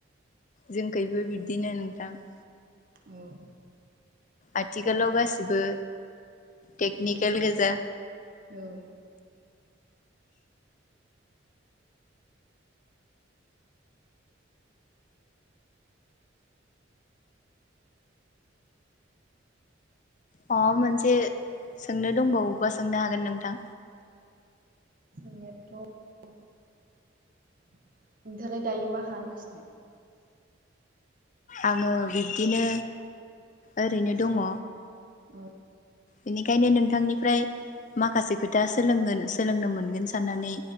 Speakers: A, on the left (about 40°); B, on the right (about 45°).
A: जोंखबो बिब्दिनो नोंथां।
B: औ
A: आथिखालाव गासिबो टेकनिकेल
B: उम
A: गोजा
B: <inaudible> औ
A: माबा मोनसे सोंनो दंबावबा सोंनो हागोन नोंथां।
B: जोंनिथ' नोंथालाय दायो मा खालामगासिनो?
A: आङो बिब्दिनो ओरैनो दङ
B: औ
A: बेनिखायनो नोंथांनिफ्राय माखासे खोथा सोलोंगोन सोलोंनो मोनगोन साननानै